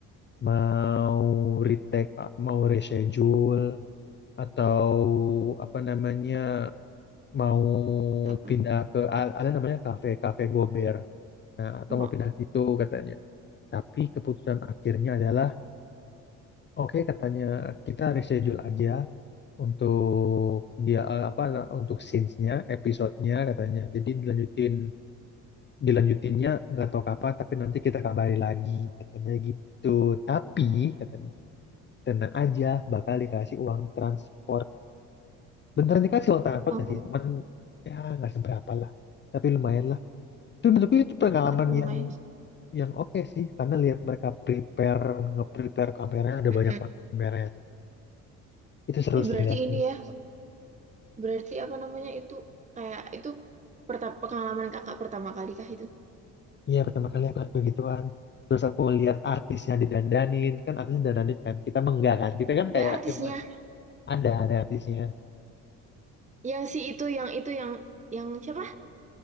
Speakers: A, on the left; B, on the right.
A: mau retake, ah, mau reschedule atau apa namanya mau
B: Apa?
A: pindah ke a- ada namanya kafe kafe Gober. Nah, atau
B: Oh,
A: mau pindah gitu katanya. Tapi keputusan akhirnya adalah oke katanya kita reschedule aja untuk dia eh, apa untuk scenes-nya, episode-nya katanya. Jadi dilanjutin dilanjutinnya nggak tahu kapan tapi nanti kita kabari lagi katanya gitu. Tapi katanya tenang aja bakal dikasih uang transport beneran dikasih uang transport
B: oh,
A: gak sih teman ya nggak seberapa lah tapi lumayan lah itu menurutku itu pengalaman
B: ya tapi lumayan.
A: yang
B: sih.
A: yang oke sih karena lihat mereka prepare nge-prepare kameranya ada
B: Heeh.
A: banyak banget kameranya tuh itu seru
B: Eh berarti
A: sih liatnya
B: ini ya Berarti apa namanya itu kayak itu perta- pengalaman kakak pertama kali kah itu?
A: iya pertama kali aku lihat begituan terus aku lihat artisnya didandanin kan artisnya didandanin kan kita mah enggak kan kita kan
B: Ada
A: kayak
B: artisnya
A: cuman ada ada artisnya
B: yang si itu yang itu yang yang siapa?